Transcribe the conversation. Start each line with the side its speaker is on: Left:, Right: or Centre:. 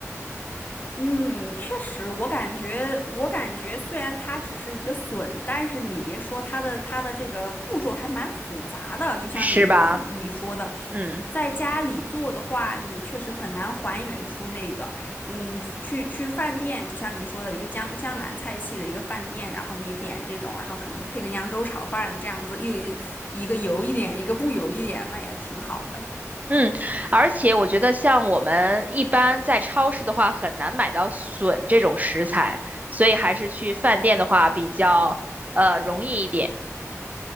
Left: 嗯，确实，我感觉，我感觉虽然它只是一个笋，但是你别说它的它的这个步骤还蛮复杂的，就像你你说的，
Right: 是吧？嗯
Left: 在家里做的话，你确实很难还原出那个，嗯，去去饭店，就像你说的一个江江南菜系的一个饭店，然后你点这种，然后可能配个扬州炒饭这样子，又一一个油一点，一个不油一点，那也挺好的。
Right: 嗯，而且我觉得像我们一般在超市的话，很难买到笋这种食材，所以还是去饭店的话比较呃容易一点。